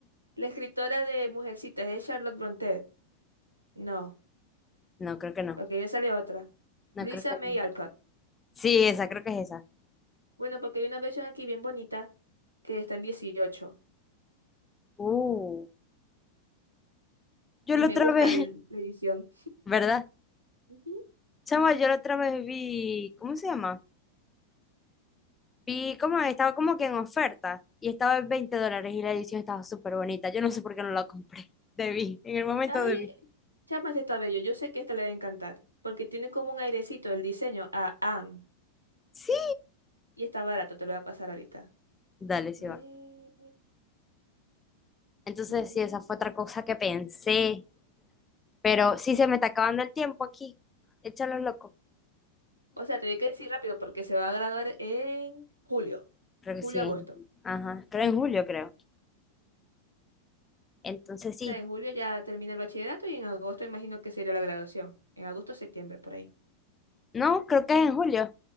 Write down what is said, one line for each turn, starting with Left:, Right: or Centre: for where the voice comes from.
Right: La escritora de Mujercitas es Charlotte Brontë. No.
Left: No, creo que no.
Right: Ok, me sale otra.
Left: No,
Right: Luisa
Left: creo que
Right: May
Left: no.
Right: Alcott.
Left: Sí, esa, creo que es esa.
Right: Bueno, porque hay una versión aquí bien bonita que está en 18
Left: Uh, yo
Right: y
Left: la
Right: me
Left: otra
Right: gusta
Left: vez,
Right: el- la edición.
Left: <laughs> ¿verdad?
Right: Ujú.
Left: Chama, yo la otra vez vi, ¿cómo se llama? Vi como estaba como que en oferta y estaba en 20 dólares y la edición estaba súper bonita. Yo no sé por qué no la compré. <laughs> Debí, en el momento
Right: Ay,
Left: debí.
Right: chama, este está bello. Yo sé que esta le va a encantar porque tiene como un airecito el diseño a Anne
Left: Sí.
Right: y está barato, te lo voy a pasar ahorita.
Left: Dale, sí
Right: Ve,
Left: va. Entonces,
Right: tucú.
Left: sí, esa fue otra cosa que pensé. Pero sí se me está acabando el tiempo aquí. Échalo loco.
Right: O sea, te voy que decir rápido porque se va a graduar en julio,
Left: Creo que
Right: julio-agosto.
Left: sí. Ajá. Creo en julio, creo. Entonces sí.
Right: O sea, en julio ya termina el bachillerato y en agosto imagino que sería la graduación. En agosto, septiembre, por ahí.
Left: No, creo que es en julio.